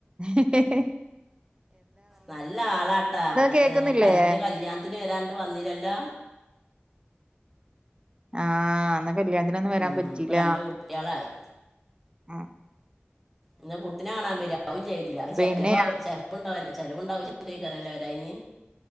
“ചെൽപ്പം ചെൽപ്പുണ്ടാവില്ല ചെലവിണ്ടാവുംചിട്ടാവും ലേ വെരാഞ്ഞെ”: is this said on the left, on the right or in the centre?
Centre